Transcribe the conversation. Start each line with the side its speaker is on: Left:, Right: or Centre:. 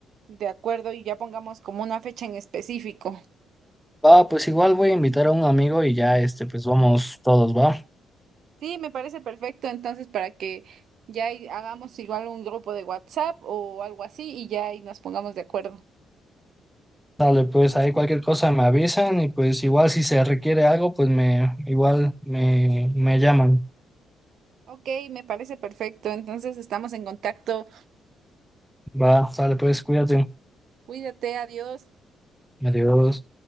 Right: de acuerdo y ya pongamos como una fecha en específico.
Centre: Ah, pues igual voy a invitar a un amigo y ya este, pues vamos todos, ¿va?
Right: Sí, me parece perfecto, entonces para que ya ahí hagamos igual un grupo de WhatsApp o algo así y ya ahí nos pongamos de acuerdo.
Centre: Dale, pues ahí cualquier cosa me avisan y pues igual si se requiere algo, pues me igual me, me llaman.
Right: Ok, me parece perfecto. Entonces estamos en contacto.
Centre: Va, dale, pues cuídate.
Right: Cuídate, adiós.
Centre: Adiós.